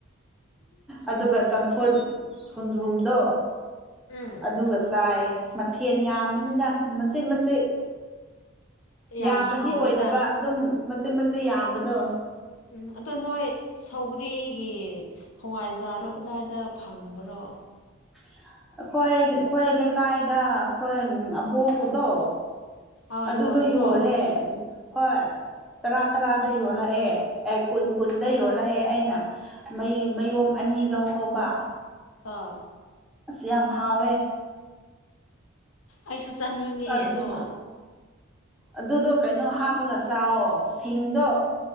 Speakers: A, in the centre; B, on the left.
A: ꯑꯗꯨꯒ ꯆꯝꯐꯨꯠ ꯍꯟꯖ꯭ꯔꯨꯝꯗꯣ
B: ꯎꯝ
A: ꯑꯗꯨꯒ ꯆꯥꯏꯌꯦ ꯃꯊꯦꯜ ꯌꯥꯝꯕꯅꯤꯅ ꯃꯆꯦꯠ ꯃꯆꯦꯠ
B: ꯌꯥꯝ
A: ꯌꯥꯝꯕꯗꯤ
B: ꯍꯥꯎꯋꯦꯅ
A: ꯑꯣꯏꯗꯕ ꯑꯗꯨꯝ ꯃꯆꯦꯠ ꯃꯆꯦꯠ ꯌꯥꯝꯕꯗꯣ
B: ꯎꯝ ꯑꯗꯣ ꯅꯣꯏ ꯁꯧꯒ꯭ꯔꯤꯒꯤ ꯍꯋꯥꯏꯖꯥꯔꯣ ꯀꯗꯥꯏꯗ ꯐꯪꯕ꯭ꯔꯣ
A: <unintelligible> ꯑꯩꯈꯣꯏ ꯑꯩꯈꯣꯏ ꯂꯩꯀꯥꯏꯗ ꯑꯩꯈꯣꯏ ꯑꯕꯣꯛꯄꯗꯣ
B: ꯑꯥ
A: ꯑꯗꯨꯗꯣ
B: ꯌꯣꯟꯕ꯭ꯔꯣ
A: ꯌꯣꯜꯂꯦ ꯍꯣꯏ ꯇꯔꯥ ꯇꯔꯥꯗ ꯌꯣꯜꯂꯛꯑꯦ ꯑꯦ ꯀꯨꯟ ꯀꯨꯟꯗ ꯌꯣꯜꯂꯛꯑꯦ ꯑꯩꯅ ꯃꯌꯨꯝ ꯑꯅꯤ ꯑꯅꯤ ꯂꯧ ꯍꯧꯕ
B: ꯑꯥ
A: ꯑꯁ ꯌꯥꯝ ꯍꯥꯎꯋꯦ
B: ꯑꯩꯁꯨ ꯆꯥꯅꯤꯡꯉꯦ
A: ꯑꯁ ꯑꯗꯨ
B: ꯑꯗꯣ
A: ꯑꯗꯨꯗꯣ ꯀꯩꯅꯣ ꯍꯥꯞꯄꯒ ꯆꯑꯣꯣ ꯁꯤꯡꯗꯣ